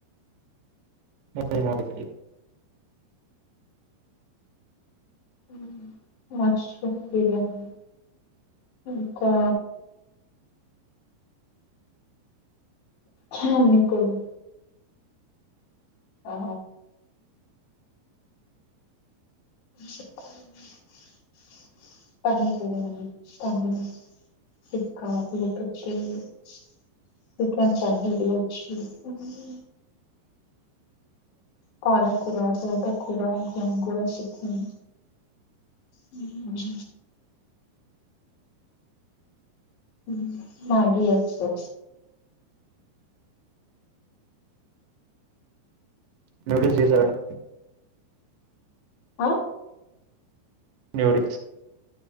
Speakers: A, on the right; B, on the left.
A: మధేం <unintelligible>
B: ఉమ్, మష్రూమ్ బిర్యానీ ఇంకా హా మికోడుం ఆ చెప్పాలి అండి పన్నీర్ బిర్యానీ పనీరు ఇంకా <unintelligible> ఇకెంతండి ఈరోజు హ్మ్ పాలకుర తోటకుర గోంగూర చికెన్ హ్మ్ హ్మ్ మధియిచు
A: నూడిల్స్ జేసరండి
B: అ
A: నూడుల్స్